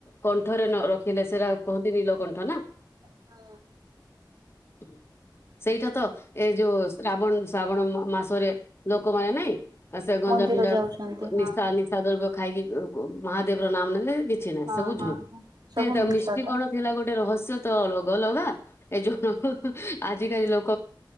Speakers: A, on the left; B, on the right.
A: କଣ୍ଠରେ <unintelligible> <unintelligible> ଆଉ କୁହନ୍ତି ନୀଳକଣ୍ଠ ନା।
B: ହଁ
A: ହୁଁ। ସେଇଟା ତ ଏ ଯୋଉ ଶ୍ରାବଣ ଶ୍ରାବଣ ମ-ମାସରେ ଲୋକମାନେ ନାଇଁ ଆସ ଗଞ୍ଜା
B: ମନ୍ଦିର
A: ପିଞ୍ଜା
B: ଯାଉଛନ୍ତି ହଁ
A: ନିଶା ନିଶା ଦ ଖାଇକି କ କ ମହାଦେବ ର ନାମ ନେଲେ କିଛି ନା
B: ହଁ
A: ସବୁ
B: ହଁ
A: ଝୁଲ
B: ହଁ ସବୁ
A: ସେ <unintelligible>
B: ମିଛଟା।
A: କଣ ଥିଲା ଗୋଟେ ରହସ୍ୟ ତ ଲଗା ଏ ଯଉ ହଁ ନ ଆଜିକାଲି ଲୋକ